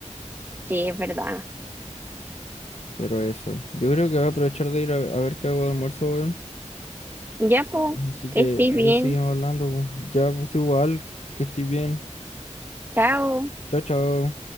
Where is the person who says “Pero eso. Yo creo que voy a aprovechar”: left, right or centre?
Left